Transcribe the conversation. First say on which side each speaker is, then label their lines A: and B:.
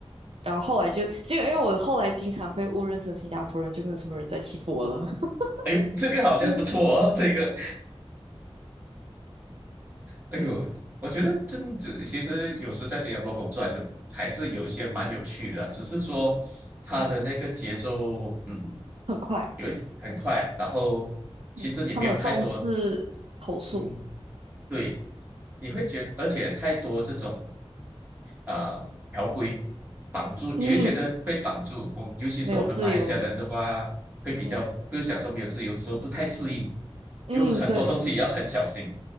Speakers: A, on the right; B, on the right.
A: 然后后来就就因为我后来经常被误认成新加坡人，就没有什么人再欺负我了。<laughs>
B: 哎，这个好像不错哦，
A: 嗯，
B: 这个哎呦，我觉得这样子其实有时在新加坡工作还是还是有一些蛮有趣的，只是说它的那个节奏，
A: 嗯，
B: 嗯，
A: 很快，
B: 有一点很快，然后其实你没有太多，
A: 嗯，他们很重视投诉，
B: 嗯，对，你会觉得，而且太多这种啊、呃条规绑住，
A: 嗯，
B: 你会觉得被绑住。我尤其是我们马来西亚人的话，
A: 没有自由，
B: 会比较不是讲说没有自由，
A: 嗯
B: 说不太适应，
A: 嗯，
B: 有很多东西也要很小心。
A: 对